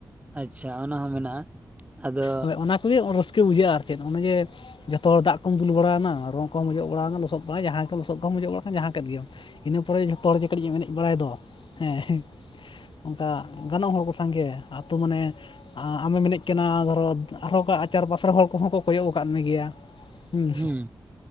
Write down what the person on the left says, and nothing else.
ᱦᱳᱭ ᱚᱱᱟ ᱠᱚᱜᱮ ᱨᱟᱹᱥᱠᱟᱹ ᱵᱩᱡᱷᱟᱹᱜᱼᱟ ᱟᱨᱼᱼ ᱪᱮᱫ ᱚᱱᱮ ᱡᱮ ᱡᱷᱚᱛᱚ ᱦᱚᱲ ᱫᱟᱜ ᱠᱚᱢ ᱫᱩᱞ ᱵᱟᱲᱟ ᱭᱟᱱᱟ ᱨᱚᱝ ᱠᱚᱢ ᱚᱡᱚᱜᱼᱼ ᱚᱲᱟᱜ ᱞᱚᱥᱚᱫ ᱵᱟᱲᱟᱭ ᱡᱟᱦᱟᱸᱭ ᱜᱮ ᱞᱚᱥᱚᱫ ᱠᱚᱢ ᱢᱚᱡᱡᱚᱜ ᱵᱟᱲᱟᱜᱟᱱ ᱡᱟᱦᱟᱸ ᱠᱮᱫ ᱜᱮᱢ ᱤᱱᱟᱹ ᱯᱚᱨᱮ ᱡᱚᱛᱚ ᱦᱚᱲᱜᱮ ᱠᱟᱹᱴᱤᱡ ᱮᱢ ᱮᱱᱮᱡ ᱵᱟᱲᱟᱭ ᱫᱚ ᱦᱮᱸ ᱚᱱᱠᱟ ᱜᱟᱱᱚᱜ ᱦᱚᱲ ᱠᱚᱥᱟᱝᱜᱮ ᱟᱛᱳ ᱢᱟᱱᱮᱼᱼ ᱟᱢᱮᱢ ᱢᱮᱱᱮᱫ ᱠᱟᱱᱟ ᱫᱷᱚᱨᱚ ᱟᱨᱦᱚᱸ ᱪᱟᱨ ᱯᱟᱥ ᱨᱮ ᱦᱚᱲ ᱠᱚᱦᱚᱸ ᱠᱚ ᱠᱚᱭᱚᱜ ᱟᱠᱟᱫ ᱢᱮ ᱜᱮᱭᱟ᱾ ᱦᱩᱸ